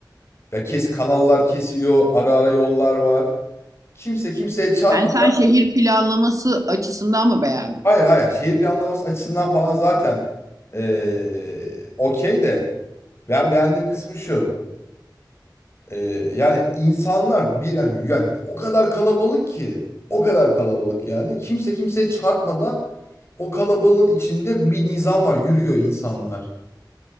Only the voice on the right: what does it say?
Yani sen şehir planlaması açısından mı beğendin?